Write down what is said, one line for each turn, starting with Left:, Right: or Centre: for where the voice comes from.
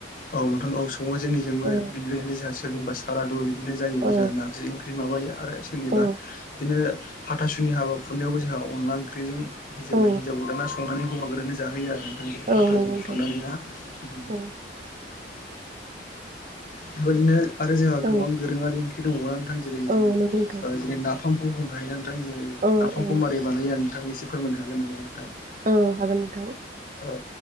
Left: औ नोंथां औ सङो जोंनिजोंबो
Right: औ
Left: बेबायदिनो जोंहा सोरनिबा सारादु बिदि बिदिनो जायोबा
Right: औ
Left: जोंहा नारजि ओंख्रि माबायो आरो सोरनिबा
Right: औ
Left: बिदिनो हाथासुनि हाबाखुरनायावबो जोंहा अनला ओंख्रिजों जेब्ला
Right: औ
Left: हिन्जाव गोदाना संनानै हौवा गोदानानै जाहोयो आरो। नोंथां जेरै
Right: औ
Left: हाथाजों
Right: नंगौ नोंथां
Left: खुरनानैहा उम
Right: औ
Left: बेबायदिनो आरो जोंहा
Right: औ
Left: गोबां दोरोङारि ओंख्रि दंबावोना नोंथां जेरै
Right: औ
Left: जों
Right: नंगौ नोंथां
Left: जेरै नाफामखौ बुंनो हायो ना नोंथां जेरै
Right: औ
Left: नाफामखौ
Right: औ
Left: मारै बानाय आं नोंथांनि एसे फोरमायनो हागोन नामा नोंथां?
Right: औ हागोन नोंथां ओ
Left: औ